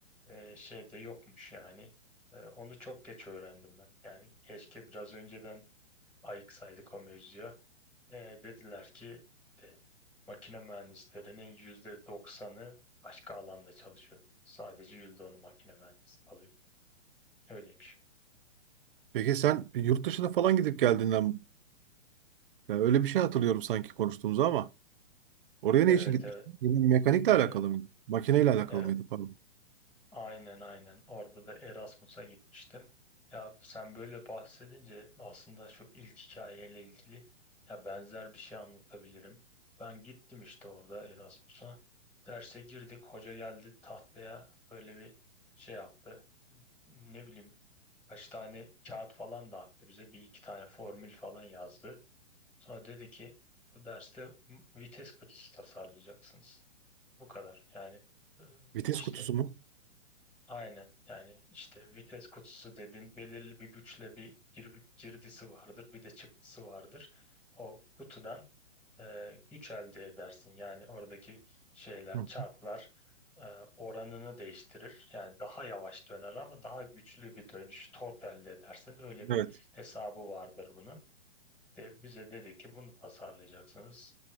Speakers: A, in the centre; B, on the right.
A: e, şey de yokmuş yani. Ee, onu çok geç öğrendim ben. Yani keşke biraz önceden ayıksaydık o mevzuya. Ee, dediler ki de, makine mühendislerinin yüzde doksanı başka alanda çalışıyor. Sadece yüzde onu makine mühendisi alıyor. Öyleymiş.
B: Peki sen yurt dışına falan gidip geldiğinden yani öyle bir şey hatırlıyorum sanki konuştuğumuzu ama. Oraya
A: Evet,
B: ne için gitmiş?
A: evet,
B: Yine mekanikle
A: evet,
B: alakalı mıydı? Makineyle alakalı
A: evet.
B: mıydı pardon?
A: Aynen aynen. Orada da Erasmus'a gitmiştim. Ya sen böyle bahsedince aslında şu ilk hikayeyle ilgili ya benzer bir şey anlatabilirim. Ben gittim işte orada Erasmus'a. Derse girdik. Hoca geldi tahtaya böyle bir şey yaptı. Ne bileyim kaç tane kağıt falan dağıttı bize. Bir iki tane formül falan yazdı. Sonra dedi ki bu derste vites kutusu tasarlayacaksınız. Bu kadar. Yani e,
B: Vites
A: işte
B: kutusu mu?
A: Aynen yani işte vites kutusu dediğin belirli bir güçle bir gir- girdisi vardır bir de çıktısı vardır. O kutudan e, güç elde edersin yani oradaki şeyler
B: Hı hı.
A: çarklar e, oranını değiştirir. Yani daha yavaş döner ama daha güçlü bir dönüş tork elde edersin öyle bir
B: Evet.
A: hesabı vardır bunun. De bize dedi ki bunu tasarlayacaksınız.